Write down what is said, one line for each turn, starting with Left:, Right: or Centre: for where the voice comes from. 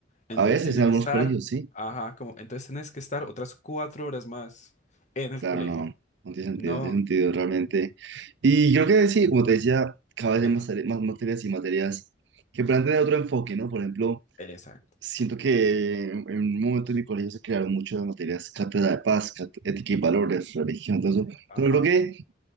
Left: entonces
Right: A veces
Left: tiene
Right: en
Left: que
Right: algunos
Left: estar,
Right: colegios, sí.
Left: ajá, como, entonces tienes que estar otras cuatro horas más en el
Right: Claro,
Left: colegio.
Right: no, no tiene sentido,
Left: No,
Right: no tiene sentido realmente. Y creo que sí, como te decía, cada vez
Left: ajá,
Right: hay más, tare- más materias y materias que plantean otro enfoque, ¿no? Por ejemplo,
Left: exacto,
Right: siento que en en un momento en mi colegio se crearon muchas materias, cátedra de paz, cát- ética y valores, religión, todo eso.
Left: ajá.
Right: Pero creo que